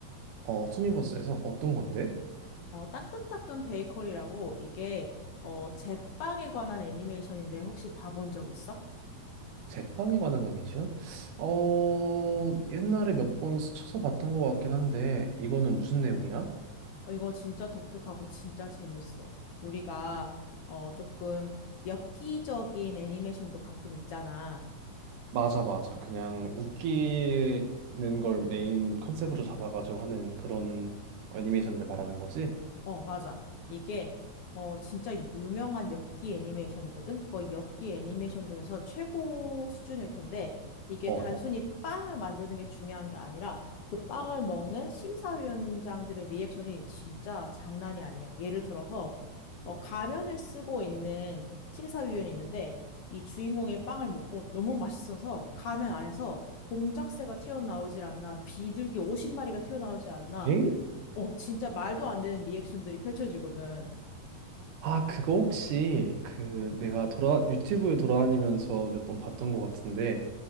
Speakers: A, on the right (about 70°); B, on the left (about 75°).
A: 어, 투니버스에서 어떤 건데?
B: 어, 따끈따끈 베이커리라고 이게, 어, 제빵에 관한 애니메이션인데 혹시 봐본 적 있어?
A: 제빵에 관한 애니메이션? 어, 옛날에 몇 번 스쳐서 봤던 것 같긴 한데, 이거는 무슨 내용이야?
B: 어, 이거 진짜 독특하고 진짜 재밌어. 우리가, 어, 조금 엽기적인 애니메이션도 가끔 있잖아.
A: 맞아, 맞아. 그냥 웃기는 걸 메인 컨셉으로 잡아가지고 하는 그런 애니메이션들 말하는 거지?
B: 어, 맞아. 이게, 어, 진짜 유명한 엽기 애니메이션이거든? 거의 엽기 애니메이션 중에서 최고 수준일 텐데, 이게
A: 어,
B: 단순히
A: 어,
B: 빵을 만드는 게 중요한 게 아니라, 그 빵을
A: 어,
B: 먹는 심사위원장들의 리액션이 진짜 장난이 아니야. 예를 들어서, 어,
A: 어.
B: 가면을 쓰고 있는 심사위원이 있는데, 이 주인공의 빵을 먹고 너무 맛있어서 가면 안에서 공작새가 튀어나오질 않나, 비둘기 50마리가 튀어나오지 않나,
A: 엥?
B: 어, 진짜 말도 안 되는 리액션들이 펼쳐지거든.
A: 아, 그거 혹시 그 내가 돌아 유튜브에 돌아다니면서 몇 번 봤던 것 같은데